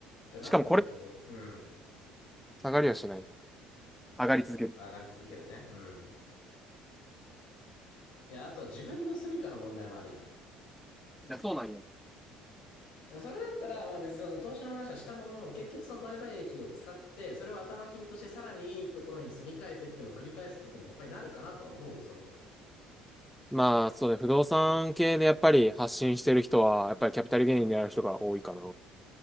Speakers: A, on the left; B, in the centre.
A: てなった時に、
B: しかもこれ、
A: うん。
B: 下がりはしない。上がり続ける。
A: 上がり続けるね。うん。いや、あと自分の住処の問題もあるじゃん。
B: いや、そうなんよ。
A: それだったら、まあ別にその投資の話はしたものの、結局その売買益を使って、それを頭金としてさらにいいところに住み替えてっていうのを繰り返すことにやっぱりなるかなとは思う。その
B: まあ、そうね、不動産系でやっぱり発信してる人は、やっぱりキャピタルゲインである人が多いかな。